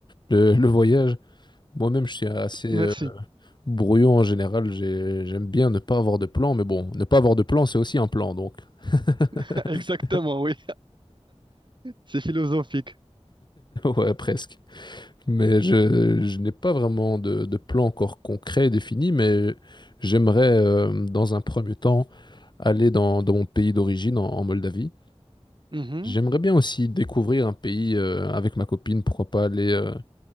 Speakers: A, on the left; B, on the right.
A: le, le voyage. Moi-même, je suis assez
B: Merci.
A: euh, brouillon en général. J'ai- j'aime bien ne pas avoir de plan, mais bon, ne pas avoir de plan, c'est aussi un plan, donc. <laughs>
B: <laughs> Exactement, oui. C'est philosophique.
A: Ouais, presque. Mais je, je n'ai pas vraiment de, de plan encore concret défini, mais j'aimerais, euh, dans un premier temps, aller dans, dans mon pays d'origine, en, en Moldavie.
B: Mhm.
A: J'aimerais bien aussi découvrir un pays euh, avec ma copine, pourquoi pas aller euh,